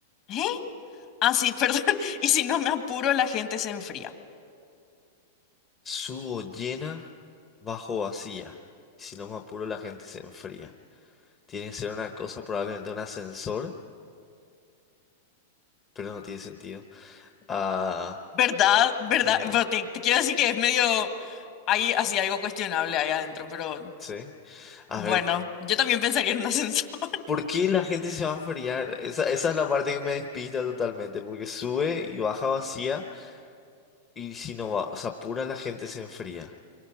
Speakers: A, on the left; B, on the left.
A: ¿Eh? Ah, sí, <laughs> perdón. Y si no me apuro, la gente se enfría.
B: subo llena, bajo vacía. Si no me apuro, la gente se enfría. Tiene que ser una cosa, probablemente un ascensor, pero no tiene sentido. Ah,
A: ¿Verdad? ¿Verdad?
B: no.
A: Pero te, te quiero decir que es medio, hay así algo cuestionable ahí adentro, pero
B: Sí. A
A: bueno,
B: ver,
A: yo también pensaría en un ascensor.
B: ¿por qué la gente se va a enfriar? Esa, esa es la parte que me despista totalmente, porque sube y baja vacía, y si no va, se apura, la gente se enfría.